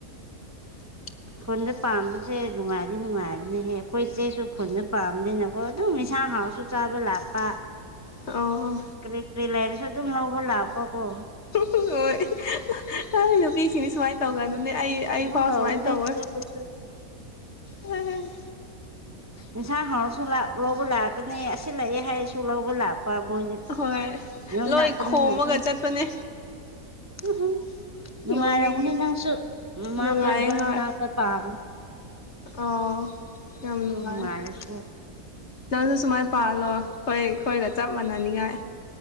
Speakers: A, on the left; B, on the right.
A: <inaudible>
B: ꯈꯨꯟꯗ ꯄꯥꯝꯕꯁꯦ ꯅꯨꯡꯉꯥꯏꯗꯤ ꯅꯨꯡꯉꯥꯏꯕꯅꯤꯍꯦ ꯑꯩꯈꯣꯏ ꯏꯆꯦꯁꯨ ꯈꯨꯟꯗ ꯄꯥꯝꯕꯅꯤꯅꯀꯣ ꯑꯗꯨꯝ ꯁꯥꯡ ꯍꯥꯎꯔꯁꯨ ꯆꯥꯕ ꯂꯥꯛꯄ
A: ꯑꯣ
B: ꯀꯔꯤ ꯀꯔꯤ ꯂꯩꯔꯁꯨ ꯑꯗꯨꯝ ꯂꯧꯕ ꯂꯥꯛꯄ ꯀꯣ
A: ꯍꯣꯏ ꯅꫭꯏ ꯅꯨꯄꯤꯁꯤꯅꯤ ꯁꯨꯃꯥꯏꯅ ꯇꯧꯒꯅꯨꯅꯦ ꯑꯩ ꯑꯩ
B: ꯑꯗꯨꯝ
A: ꯐꯥꯎ
B: ꯇꯧꯕꯅꯦ
A: ꯁꯨꯃꯥꯏꯅ ꯇꯧꯋꫭꯏ
B: ꯏꯆꯦ ꯈꯣꯏꯁꯨ
A: ꯎꯝ
B: ꯏꯟꯁꯥꯡ ꯍꯥꯎꯔꯁꯨ ꯂꯧꯕ ꯂꯥꯛꯀꯅꯤ ꯑꯁꯤ ꯂꯥꯛꯑꯦ ꯍꯥꯏꯔꯁꯨ ꯂꯧꯕ ꯂꯥꯛꯄ ꯃꯣꯏ
A: ꯍꯣꯏ
B: ꯌꯎ
A: ꯂꯣꯏ
B: ꯅꯥꯀ
A: ꯈꯣꯝꯃꯒ
B: ꯅ ꯅ
A: ꯆꯠꯄꯅꯦ
B: ꯎ ꯅꯨꯡꯉꯥꯏꯔꯝꯃꯅꯤ
A: ꯅꯣꯡꯅꯤꯡꯉꯤ
B: ꯅꯪꯁꯨ ꯃꯃꯥꯈꯣꯏꯅꯥ
A: ꯅꯨꯡꯉꯥꯏ ꯍꯣꯏ
B: ꯄꯥꯝ
A: ꯑꯣ ꯌꯥꯝ ꯅꯨꯡꯉꯥꯏ
B: ꯅꯨꯡꯉꯥꯏꯔꯁꯨ
A: ꯅꯪꯁꯨ ꯁꯨꯃꯥꯏꯅ ꯄꯥꯂꯣꯏ ꯍꯣꯏ ꯑꯩꯈꯣꯏꯒ ꯆꯞ ꯃꯥꯟꯅꯅꯤꯡꯉꯥꯏ